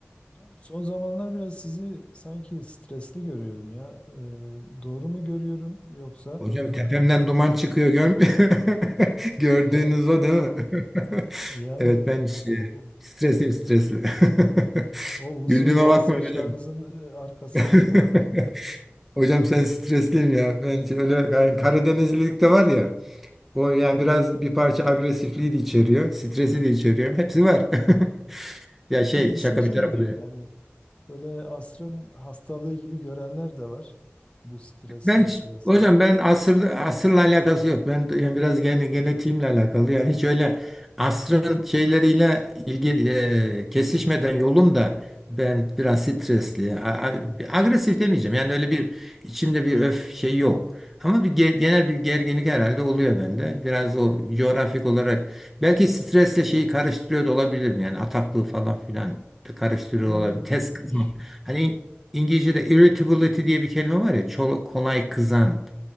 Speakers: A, on the left; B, in the centre.
A: Hocam son zamanlar biraz sizi sanki stresli görüyorum ya. Ee, doğru mu görüyorum yoksa?
B: Hocam tepemden duman çıkıyor görmüyor. <laughs> Gördüğünüz
A: Evet.
B: o değil mi? <laughs>
A: Yani
B: Evet ben
A: e,
B: şey,
A: o,
B: stresli stresli. <laughs>
A: o uzun
B: Güldüğüme
A: beyaz
B: Vallahi. bakmayın
A: saçlarınızın
B: hocam.
A: e, arkasında
B: <laughs>
A: <laughs>
B: Hocam sen stresliyim ya. Ben şöyle yani Karadenizlilik de var ya. O yani biraz bir parça agresifliği de içeriyor. Stresi de içeriyor. Hepsi var. <laughs> Ya şey
A: kimisi
B: şaka
A: şey
B: bir tarafa
A: diyor
B: da.
A: hani böyle asrın hastalığı gibi görenler de var bu stres
B: Ben
A: meselesini.
B: hocam ben asır asırla alakası yok. Ben yani biraz gene genetiğimle alakalı. Yani hiç öyle asrın şeyleriyle ilgi e, kesişmeden yolum da ben biraz stresli, a- a- agresif demeyeceğim. Yani öyle bir içimde bir öf şey yok. Ama bir ge- genel bir gerginlik herhalde oluyor bende. Biraz o coğrafik olarak belki stresle şeyi karıştırıyor da olabilirim. Yani ataklığı falan filan da karıştırıyor
A: Yani
B: olabilirim.
A: bu-
B: Tez kızma.
A: ş-
B: Hani İngilizce'de irritability diye bir kelime var ya, çol- kolay kızan.